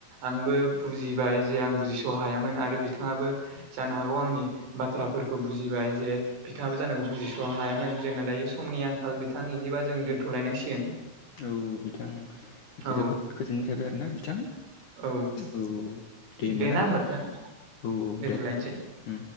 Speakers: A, on the right; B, on the left.
A: आंबो बुजिबाय जे आं बुजिस' हायामोन आरो बिथाङाबो जानो हागौ आंनि बाथ्राफोरखौ बुजिबाय जे बिथाङाबो जानांगौ बुजिस' हायामोन जोंना दायो समनि आंखाल बिथां बिदिबा जों दोन्थ'लायनांसिगोन।
B: औ बिथां
A: औ
B: जोबोद गोजोननाय थाबाय आरोोना बिथां।
A: औ
B: औ होमबाना
A: दे ना
B: बिथां
A: होनोमबा बेबां
B: औ
A: दोन्थ'लायनोसै।
B: दे उम